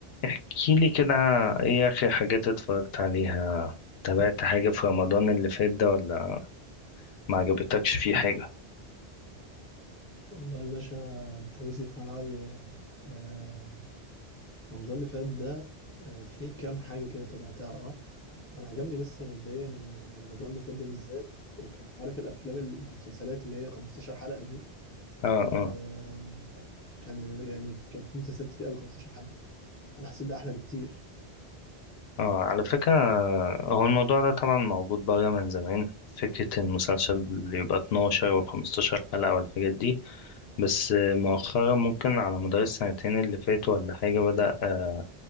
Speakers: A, on the left (about 70°); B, on the left (about 15°).
A: احكي لي كده ايه اخر حاجات اتفرجت عليها تابعت حاجة في رمضان اللي فات ده ولا ما عجبتكش فيه حاجة
B: والله يا باشا انت جيت لي في ملعبي يعني آه رمضان اللي فات ده آه في كام حاجة كده تابعتها اه انا عجبني بس مبدئيا ان رمضان اللي فات ده بالذات كان عارف الافلام المسلسلات اللي هي 15 حلقة دي
A: اه اه
B: آه كان يعني كان في مسلسلات كتير قوي 15 حلقة انا حسيت ده احلى بكتير
A: اه على فكرة هو الموضوع ده طبعا موجود بره من زمان فكرة المسلسل اللي يبقى 12 و15 حلقة والحاجات دي بس مؤخرا ممكن على مدار السنتين اللي فاتوا ولا حاجة بدأ آه،